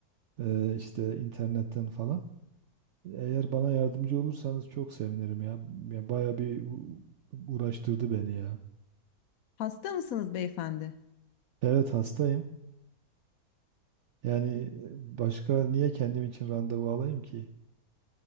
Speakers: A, on the right (about 70°); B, on the left (about 70°).
A: e, işte internetten falan. Eğer bana yardımcı olursanız çok sevinirim ya. Ya baya bir u- uğraştırdı beni ya.
B: Hasta mısınız beyefendi?
A: Evet hastayım. Yani e, başka niye kendim için randevu alayım ki?